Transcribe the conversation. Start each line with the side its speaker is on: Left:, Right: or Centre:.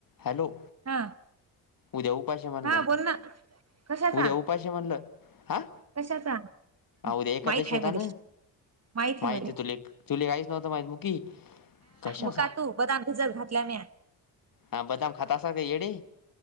Left: hello.
Right: हा
Left: उद्या उपाश म्हणलं
Right: हा बोल ना कशाचा
Left: उद्या उपाश म्हणलं हा.
Right: कशाचा
Left: उद्या एकादशी
Right: माहित आहे
Left: यता
Right: मले
Left: ना.
Right: माहित
Left: माहती
Right: मले
Left: आहे तु तु काहीच नव्हतं माहि मु कशा.
Right: हो काकू बदाम भिजत घातले मी.
Left: हा बदाम खातसा काय येडे.